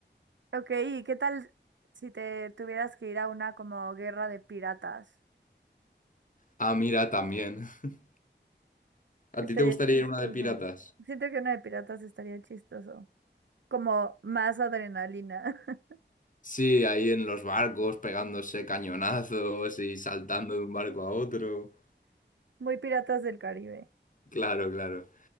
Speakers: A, on the right; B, on the left.
A: Ok, ¿y qué tal si te tuvieras que ir a una como guerra de piratas?
B: Ah, mira, también. <laughs> ¿A
A: Estaría
B: ti te gustaría
A: chistoso.
B: ir a una de piratas?
A: Siento que una de piratas estaría chistoso. Como más adrenalina. <laughs>
B: Sí, ahí en los barcos, pegándose cañonazos y saltando de un barco a otro.
A: Muy piratas del Caribe.
B: Claro, claro.